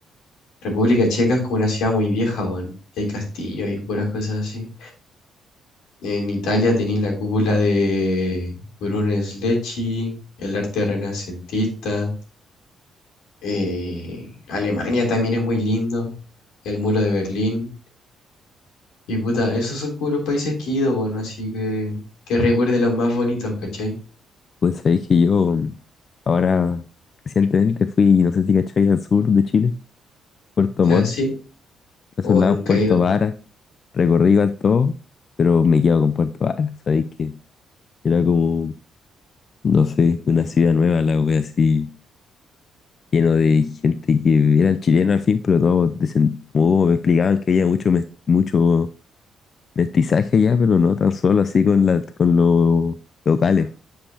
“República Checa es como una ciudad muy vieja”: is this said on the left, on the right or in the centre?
Left